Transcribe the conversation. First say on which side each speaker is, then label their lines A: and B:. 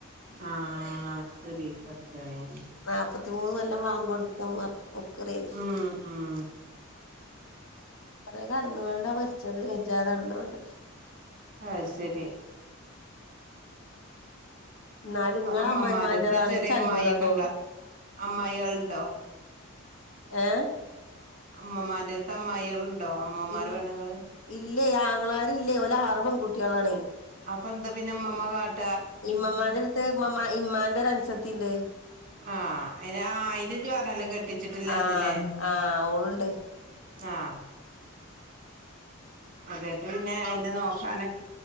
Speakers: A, on the right; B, on the left.
A: ആഹ് ശെരി പട്ച്ചോനെ.
B: നാപത്തി മൂന്ന് കൊല്ലം വാങ്കു കൊട്ത്ത മർ മുക്രിയെനി
A: ഉം ഉം
B: കുറേ കെടന്നൊണ്ടാ മരിച്ചത് വെജാതെ കെടന്നുകൊണ്ട്
A: അതു ശരി
B: എന്നാലും
A: അപ്പൊ
B: ഇങ്ങളെ
A: ഉമ്മമ്മാരക്ക്
B: അമ്മായിമ്മാന്റെതാണ്
A: ചെറിയ
B: ഇച്ച് അത്ഭുതം
A: അമ്മായിക്കെണ്ടാ
B: തോന്നും
A: അമ്മായികൾ ഉണ്ടോ?
B: ഏഹ്
A: അമ്മമാരടെടുത്ത് അമ്മായികൾ ഉണ്ടോ അമ്മമാരടെ
B: ഇ
A: പെണ്ണുങ്ങള്
B: ഇല്ലേ ആങ്ങളാരില്ലേ ഓല് ആറ് പെൺകുട്ടികളാണേ.
A: അപ്പ എന്താപ്പിന്നേ ഉമ്മമാ കാ
B: ഇമ്മമാന്റെ അടുത്ത് ഉമാ ഇമ്മാന്റെ ഒരു അനുസത്തീണ്ട്
A: ആ അയ്ന് അയിനിജ് പറഞ്ഞാലേ കെട്ടിച്ചിട്ടില്ലാന്നില്ലേ.
B: ആഹ് ആഹ് ഓളുണ്ട്
A: ആഹ് അതെട്ട് പിന്നെ അയിനെ നോക്കാനൊക്കെ